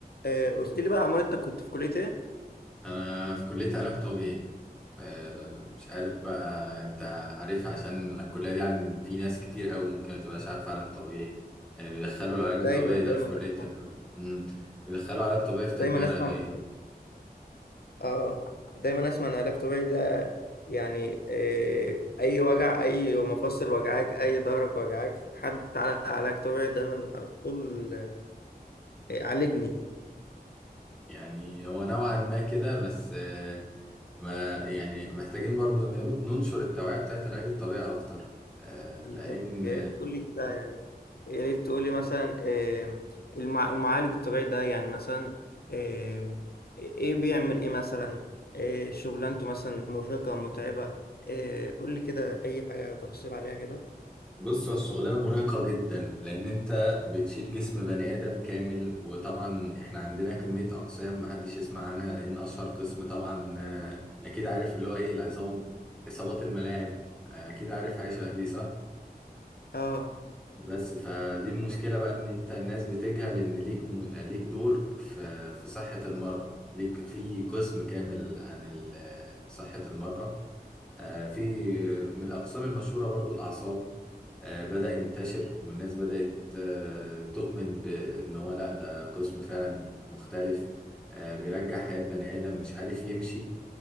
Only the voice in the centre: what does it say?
انا في كلية علاج طبيعي آه، مش عارف بقى انت عارف عشان الكلية دي عن في ناس كتير قوي ممكن ما تبقاش عارفة علاج طبيعي آه، بيدخلوا العلاج الطبيعي
ده
في كلية
تربية مم. بيدخلوا علاج طبيعي في
تربية
رياضية
يعني هو نوعا ما كده بس آه، ما يعني محتاجين برضو ن- ننشر التوعية بتاعت العلاج الطبيعي اكتر آه، لان
بص هو الشغلانة مرهقة جدا لأن أنت بتشيل جسم بني آدم كامل وطبعا إحنا عندنا كمية أقسام محدش يسمع عنها لأن أشهر قسم طبعا آه، أكيد عارف اللي هو إيه العظام إصابات الملاعب آه، أكيد عارف حاجة شبه دي صح؟
بس فدي المشكلة بقى إن أنت الناس بتجهل إن ليك م... ليك دور في في صحة المرأة ليك في قسم كامل عن ال- صحة المرأة آه، في من الأقسام المشهورة برضو الأعصاب آه، بدأ ينتشر والناس بدأت آه، تؤمن بأن هو لأ ده قسم فعلا مختلف آه، بيرجع حياة بني آدم مش عارف يمشي